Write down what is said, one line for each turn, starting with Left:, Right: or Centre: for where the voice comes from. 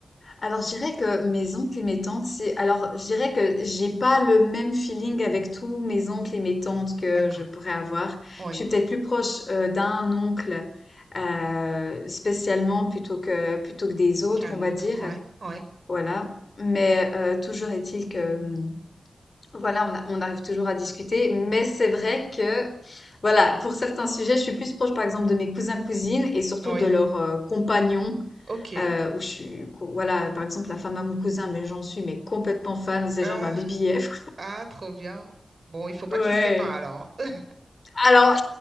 Left: Alors, je dirais que mes oncles et mes tantes, c'est. Alors, je dirais que j'ai pas le même feeling avec tous mes oncles et mes tantes que
Right: D'accord.
Left: je pourrais avoir.
Right: Oui.
Left: Je suis peut-être plus proche euh, d'un oncle euh, spécialement plutôt que plutôt que des autres,
Right: Qu'un
Left: on va
Right: autre.
Left: dire.
Right: Ouais. Ouais.
Left: Voilà. Mais euh, toujours est-il que hum, voilà, on, a- on arrive toujours à discuter. Mais c'est vrai que voilà, pour certains sujets, je suis plus proche, par exemple, de mes cousins cousines et surtout
Right: Oui.
Left: de leurs euh, compagnons
Right: OK.
Left: euh, où je suis, voilà, par exemple, la femme à mon cousin, mais j'en suis mais complètement fan, c'est
Right: Ah,
Left: genre ma BBF.
Right: ah, trop bien. Bon, il faut pas
Left: Ouais.
Right: qu'ils se séparent alors. hein.
Left: Alors,